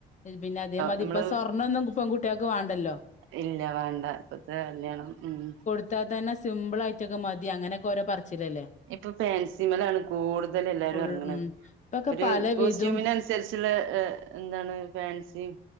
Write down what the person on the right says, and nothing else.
നമ്മള്
ഇല്ല വേണ്ട ഇപ്പത്തെ കല്യാണം ഉം.
ഇപ്പോ ഫാൻസി മേലാണ് കൂടുതൽ എല്ലാരും
ഇറങ്ങണ
ഒരു
കോസ്റ്റ്യൂമിന് അനസ്സ് സാരികനുസരിച്ചുള്ള എന്താണ് ഫാൻസി